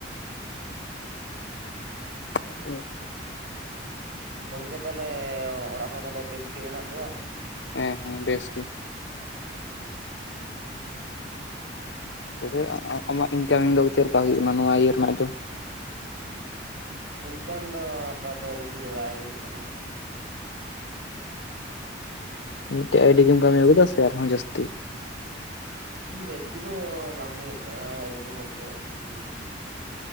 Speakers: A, on the left (about 65°); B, on the right (about 60°).
A: ᱦᱩᱸ ᱾
B: ᱜᱚᱢᱠᱮ ᱛᱟᱦᱞᱮ ᱚᱲᱟᱜ ᱦᱚᱲ ᱛᱟᱦᱞᱮ ᱵᱮᱥ ᱜᱮ ᱢᱮᱱᱟᱜ ᱠᱚᱣᱟ
A: ᱦᱮᱸ ᱦᱮᱸ ᱵᱮᱥ ᱜᱮ
B: ᱦᱩᱸ
A: ᱛᱚᱵᱮ ᱟᱢᱟᱜ ᱤᱱᱠᱟᱢᱤᱝ ᱫᱚ ᱪᱮᱫ ᱞᱮᱠᱟ ᱦᱩᱭᱩᱜ ᱠᱟᱱᱟ ᱱᱚᱣᱟ ᱤᱭᱟᱹ ᱨᱮᱱᱟᱜ ᱫᱚ
B: ᱤᱱᱠᱟᱢ ᱫᱚ ᱟᱯᱟᱛᱚ ᱵᱤᱥᱤ ᱫᱚ ᱵᱟᱭ ᱦᱳᱭᱳᱜ ᱠᱟᱱᱟ
A: ᱢᱤᱫᱴᱮᱡ ᱟᱭᱰᱤ ᱜᱮᱢ ᱠᱟᱹᱢᱤᱭᱟ ᱥᱮ ᱟᱨᱦᱚᱸ ᱡᱟᱹᱥᱛᱤ
B: ᱡᱟᱹᱥᱛᱤ ᱫᱚ ᱵᱟᱝ ᱦᱩᱭᱩᱜ ᱠᱟᱱᱟ ᱳᱭᱨᱳᱠᱚᱢ ᱵᱚᱞᱛᱮ ᱵᱤᱥᱤ ᱫᱤᱱ ᱫᱚ